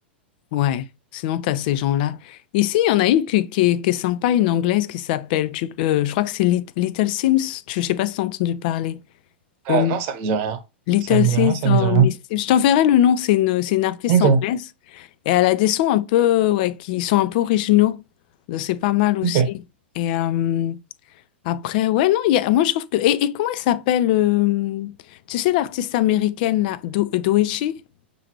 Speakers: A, on the left; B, on the right.
A: Ouais, sinon tu as ces gens-là. Ici, il y en a une qui, qui est, qui est sympa, une anglaise qui s'appelle, tu- euh, je crois que c'est Lit- Little Sims, tu, je sais pas si tu as entendu parler. Oh,
B: Euh, non, ça me dit rien.
A: Little
B: Ça me
A: Sims,
B: dit rien, ça
A: oh,
B: me dit rien.
A: Miss Sims. je t'enverrai le nom, c'est une, c'est une artiste
B: Ok,
A: anglaise et elle a des sons un peu, ouais, qui sont un peu originaux, Donc, c'est pas mal aussi.
B: ok.
A: Et euh, après, ouais, non, il y a, moi je trouve que... Et, et comment elle s'appelle euh, tu sais l'artiste américaine là, Do, Doechii?